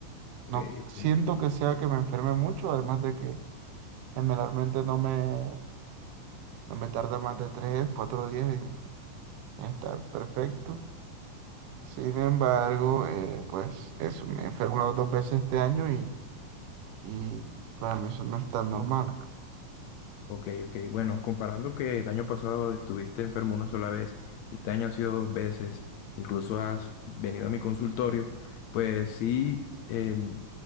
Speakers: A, on the left (about 75°); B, on the right (about 80°).
A: Ok,
B: No
A: ok.
B: siento que sea que me enferme mucho, además de que generalmente no me, no me tarda más de tres, cuatro días. Está perfecto. Sin embargo, eh, pues eso, me he enfermado dos veces este año y, y para mí eso no es tan normal.
A: Ok, ok. Bueno, comparando que el año pasado estuviste enfermo una sola vez y este año ha sido dos veces, incluso has venido a mi consultorio, pues sí, em,